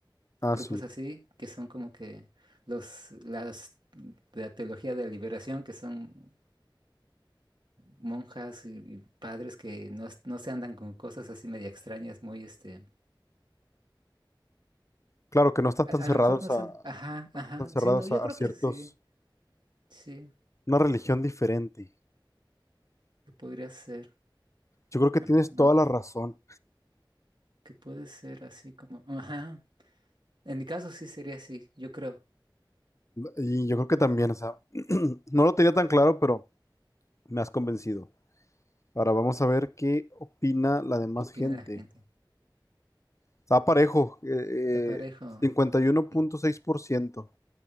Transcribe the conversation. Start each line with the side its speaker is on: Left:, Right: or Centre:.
Left: Ah,
Right: grupos
Left: sí.
Right: así que son como que los las de la teología de la liberación, que son monjas y, y padres que no, es- no se andan con cosas así media extrañas, muy este,
Left: Claro que no están
Right: a,
Left: tan
Right: a
Left: cerrados
Right: lo mejor no
Left: a,
Right: son, ajá, ajá,
Left: tan cerrados
Right: sí, no, yo
Left: a
Right: creo
Left: a ciertos,
Right: que sí, sí,
Left: una religión diferente.
Right: que podría ser,
Left: Yo creo que
Right: ajá,
Left: tienes toda la razón.
Right: que puede ser así como, ajá. En mi caso sí sería así, yo creo.
Left: Y yo creo que también, o sea, <clears throat> no lo tenía tan claro, pero me has convencido. Ahora vamos a ver qué opina la demás
Right: ¿Qué opina
Left: gente.
Right: la gente?
Left: Está parejo, eh, eh,
Right: Está parejo.
Left: cincuenta y uno
Right: Sí.
Left: punto seis por ciento